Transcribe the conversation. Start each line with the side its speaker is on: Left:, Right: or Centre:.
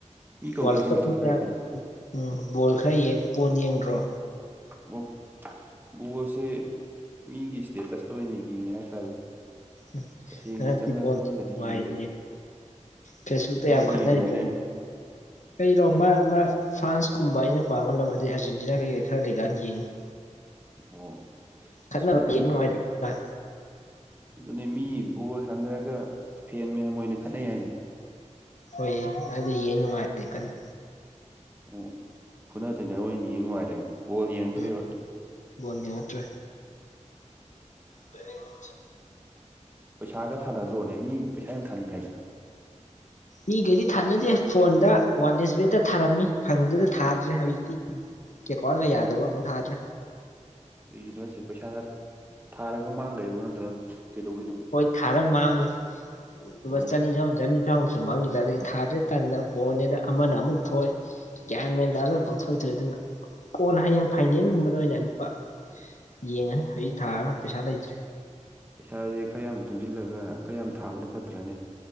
Right: ꯃꯤ ꯀꯧꯗ꯭ꯔꯁꯨ
Left: ꯋꯥꯔꯜ ꯀꯞꯅꯤꯅ
Right: ꯑꯗꯨꯝ ꯊꯣꯛꯄ ꯌꯥꯏ ꯀꯩꯅꯣ
Left: ꯎꯝ ꯕꯣꯜ ꯈꯔ ꯌꯦꯡ ꯕꯣꯜ ꯌꯦꯡꯗ꯭ꯔꯣ
Right: ꯑꯣ ꯕꯣꯜꯁꯦ ꯃꯤꯒꯤ ꯏꯁꯇꯦꯇꯁꯇ ꯑꯣꯏꯅ ꯌꯦꯡꯉꯦ ꯍꯥꯏꯇꯥꯔꯦ
Left: ꯑꯝ
Right: ꯇꯁꯦꯡꯅ
Left: ꯍꯟꯗꯛꯇꯤ
Right: ꯆꯪꯉ
Left: ꯕꯣꯜ
Right: ꯆꯪꯉꯒꯗꯤ
Left: ꯅꯨꯡꯉꯥꯏꯕꯅꯦ
Right: ꯌꯦꯡꯗ꯭ꯔꯦ
Left: ꯐꯦꯁꯕꯨꯛꯇ
Right: ꯏꯇꯥꯎꯕꯨ
Left: ꯌꯥꯝ ꯈꯠꯅꯔꯤꯗ꯭ꯔꯦ
Right: ꯌꯦꯡꯕ꯭ꯔꯅꯦ
Left: ꯀꯔꯤꯅꯣ ꯃꯥ ꯃꯥ ꯐ꯭ꯔꯥꯟꯁꯀꯨꯝꯕ ꯑꯩꯅ ꯄꯥꯝꯕ ꯂꯝ ꯑꯗꯩ ꯑꯥꯔꯖꯦꯟꯇꯤꯅꯥ ꯀꯩꯀꯩ ꯈꯔ ꯂꯩꯀꯥꯟꯗ ꯌꯦꯡꯏꯤ
Right: ꯑꯣ
Left: ꯈꯠꯅꯕ
Right: ꯃꯤ
Left: ꯌꯦ ꯅꯨꯡꯉꯥꯏꯇ꯭ꯔꯣ ꯀꯥꯏ
Right: ꯑꯗꯨꯅꯦ ꯃꯤ ꯕꯣꯜ ꯁꯥꯟꯅꯔꯒ ꯐꯦꯟ ꯃꯌꯥꯝ ꯑꯣꯏꯅ ꯈꯠꯅꯩ ꯍꯥꯏꯅꯦ
Left: ꯍꯣꯏ ꯑꯗꯨ ꯌꯦꯡ ꯅꯨꯡꯉꯥꯏꯔꯦ ꯀꯟꯅ
Right: ꯑꯣ ꯐꯨꯅ ꯆꯩꯅꯕ ꯑꯣꯏꯅ ꯌꯦꯡ ꯅꯨꯡꯉꯥꯏꯔꯦꯕ ꯕꯣꯜ ꯌꯦꯡꯉꯛꯇ꯭ꯔꯦꯕ
Left: ꯎꯝ ꯕꯣꯜ ꯌꯥꯔꯛꯛꯇ꯭ꯔꯦ ꯄꯦꯟꯖꯩ
Right: ꯄꯩꯁꯥꯒ ꯊꯥꯅꯗ꯭ꯔꯣꯅꯦ ꯃꯤ ꯄꯩꯁꯥ ꯌꯥꯝ ꯊꯥꯅꯩ ꯍꯥꯏꯗ
Left: ꯃꯤꯒꯩꯗꯤ ꯊꯥꯅꯗꯦ ꯐꯣꯟꯗ ꯋꯥꯟꯂꯦꯁ ꯕꯦꯒꯇ ꯊꯥꯔꯝꯃꯤ ꯐꯪꯗꯗ ꯊꯥꯗ꯭ꯔꯦ ꯍꯧꯖꯤꯛꯇꯤ ꯎꯝ ꯑꯦꯀꯥꯎꯟꯠ ꯌꯥꯗꯕ ꯎꯝ ꯊꯥꯗ꯭ꯔꯦ
Right: ꯀꯩꯒꯤ ꯍꯥꯏꯁꯦ ꯄꯩꯁꯥ ꯊꯥꯔꯒ ꯃꯥꯡꯗꯣꯏꯔꯣ ꯅꯠꯇ꯭ꯔꯒ ꯀꯩꯗꯧꯕꯤꯅꯣ
Left: ꯍꯣꯏ ꯊꯥꯔ ꯃꯥꯡꯕꯩ
Right: ꯑꯣ
Left: ꯑꯃ ꯆꯅꯤ ꯆꯍꯨꯝ ꯆꯅꯤ ꯆꯍꯨꯝ ꯁꯨꯝꯍꯥꯡꯈꯤꯗ ꯊꯥꯗ꯭ꯔꯦ ꯇꯥꯟꯗ ꯕꯣꯔꯜꯅꯦꯅ ꯑꯃꯅ ꯑꯃꯨꯛ ꯊꯣꯛꯣꯏ ꯒ꯭ꯌꯥꯟ ꯃꯦꯟ ꯇꯥꯗꯅ ꯄꯪꯊꯣꯏ ꯊꯣꯛꯣꯏ ꯑꯗꯨꯅ ꯀꯣꯟꯅ ꯍꯌꯦꯡ ꯐꯥꯏꯅꯜꯒꯨꯝꯕꯗ ꯑꯣꯏꯅ ꯂꯨꯄꯥ ꯌꯦꯡꯉꯅꯤ ꯍꯧꯖꯤꯛ ꯊꯥꯔꯔꯣꯏ ꯄꯩꯁꯥ ꯂꯩꯇ꯭ꯔꯦ
Right: ꯄꯩꯁꯥꯥꯁꯦ ꯈ꯭ꯔꯌꯥꯝ ꯇꯨꯡꯁꯤꯜꯂꯒ ꯈ꯭ꯔꯌꯥꯝ ꯊꯥꯕꯅ ꯐꯠꯇ꯭ꯔꯅꯦ